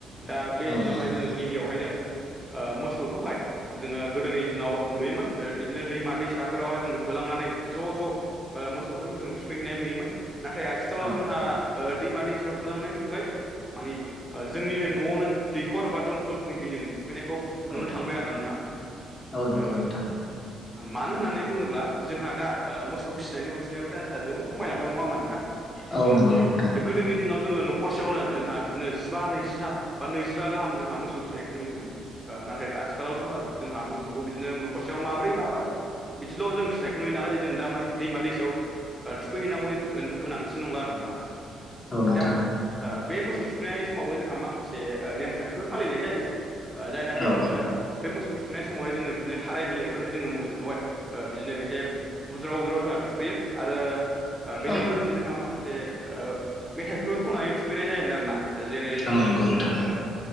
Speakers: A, in the centre; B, on the left (about 35°).
A: दा बे
B: औ
A: दिनावहाय
B: नोंथां
A: जोङो गिबियावहायनो मोसौखौहाय जोङो गोदोनि दिनाव नुयोमोन। बिदिनो दैमा दैसाफोरावहाय जोङो होलांनानै ज' ज' ओ मोसौफोरखौ जोङो थुखैहैनाय नुयोमोन नाथाय आथिखालाव
B: औ
A: जोंहा ओ दैमा दैसायाव होलांनायनि अनगायै मानि जोंनिनो न'आवनो दैखर बा दमखलफोरनि दैजों थुखैनायखौ नुनो
B: औ
A: थांबाय आरोना नोंथां।
B: औ नंगौ
A: ओ
B: नोंथां।
A: मानो होननानै बुङोब्ला जोंहा दा मोसौ फिसिनायनि अनजिमायो दा जोंहा जोबोद खमायलांबाय नङा होमबा नोंथां?
B: औ नंगौ नोंथां
A: गोदोनि दिनाव जोङो न'खरसेयावनो जोंहा बिदिनो जिबा नैजिथा बा नैजिबा गाहाम जोंहा मोसौ फिनायखौ नुयोमोन नाथाय आथिखालाव जोंहा जोंहा मोसौखौ बिदिनो न'खरसेयाव माब्रै माबा बिदिल' जों फिसिनायखौ नुयो नालाय जों दा मानि दैमा दैसायाव थुखै हैनांगौनि गोनांथि नंला आरो नोंथां
B: औ नोंथां
A: दा बे मोसौ थुखैनाय समावबो जोंहा माखासे ने खान्थिफोर फालिनाय जायो जायनाखि
B: औ
A: जोङो बे मोसौ थुखैनाय समावहाय जोङो बिदिनो थाराय बिलाइफोरजों जोङो मोसौखौहाय बिदिनो एसे बुज्राव बुज्राव जोंहा थुखैयो। आरो बेजों
B: औ
A: लोगोसे से जोंहा माखासे मेथाइफोरबो खननानै थुखैनाय जायोमोन आरो ना। जेरै जोङो
B: औ नंगौ
A: ओ
B: नोंथां